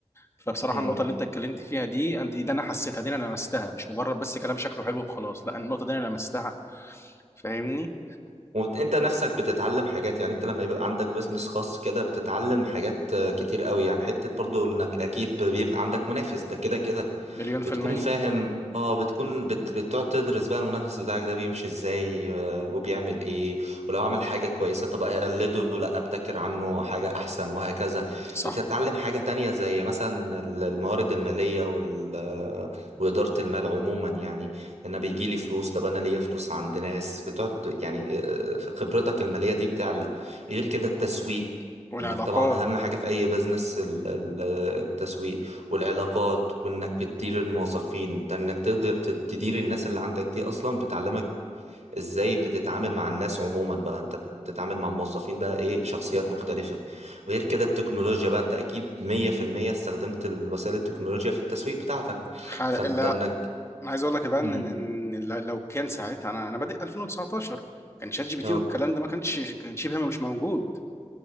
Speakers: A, on the left (about 25°); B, on the right (about 80°).
A: فبصراحه
B: مم.
A: النقطه اللي انت اتكلمت فيها دي أنا- دي, دي انا حسيتها دي انا لمستها مش مجرد بس كلام شكله حلو وخلاص لا النقطه دي انا لمستها فاهمني
B: وانت نفسك بتتعلم حاجات يعني انت لما يبقى عندك بيزنس خاص كده بتتعلم حاجات آه، كتير قوي يعني حتة برضو انك اكيد بيبقى عندك منافس ده كده كده
A: مليون في
B: بتكون
A: المية
B: فاهم اه بتكون بت... بتقعد تدرس بقى المنافس بتاعك ده بيمشي ازاي آه، وبيعمل ايه ولو عمل حاجة كويسة طب اقلده لا ابتكر عنه حاجة احسن وهكذا
A: صح
B: بتتعلم حاجة تانية زي مثلا ال- الموارد المالية وال... آه، وإدارة المال عموما يعني انا بيجي لي فلوس طب انا ليا فلوس عند ناس بتقعد يعني آه، خبرتك المالية دي بتعلى غير كده التسويق
A: والعلاقات
B: انك طبعا اهم حاجة في اي بزنس ال- ال- التسويق والعلاقات وانك بتدير الموظفين ده انك تقدر ت- تدير الناس اللي عندك دي اصلا بتعلمك ازاي بتتعامل مع الناس عموما بقى انت بتتعامل مع موظفين بقى ايه بشخصيات مختلفة غير كده التكنولوجيا بقى انت اكيد 100% استخدمت الوسائل التكنولوجيا في التسويق بتاعتك
A: ح... لا
B: فانت انك
A: انا عايز اقول لك بقى ان
B: مم.
A: إن ل- لو كان ساعتها انا انا بادئ 2019 كان شات جي بي تي
B: اه
A: والكلام ده ما كانش كان شبه مش موجود